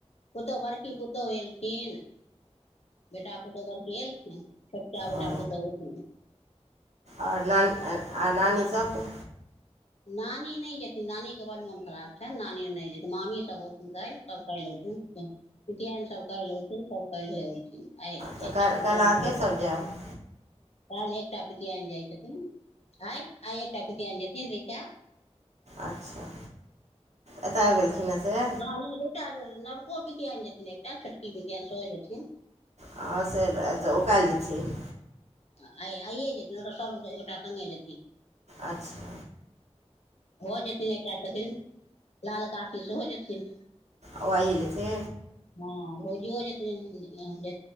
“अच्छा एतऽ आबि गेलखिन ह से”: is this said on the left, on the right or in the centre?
Right